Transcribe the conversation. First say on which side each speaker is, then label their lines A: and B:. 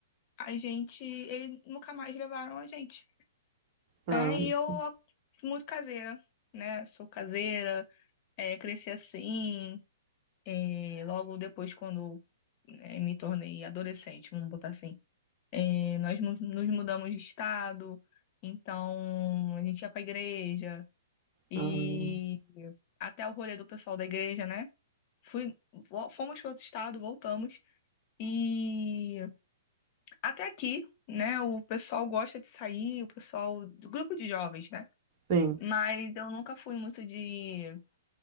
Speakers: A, on the left (about 40°); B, on the right (about 40°).
A: A gente, eles nunca mais levaram a gente,
B: Ah,
A: né? E eu
B: sim.
A: muito caseira, né? Sou caseira, é, cresci assim, é, logo depois quando né, me tornei adolescente, vamos botar assim. é, nós mu- nos mudamos de estado, então a gente ia pra igreja e
B: Ah,
A: até o rolê do pessoal da igreja, né? Fui, vo- fomos para outro estado, voltamos e Até aqui, né? O pessoal gosta de sair, o pessoal do grupo de jovens, né?
B: sim.
A: Mas eu nunca fui muito de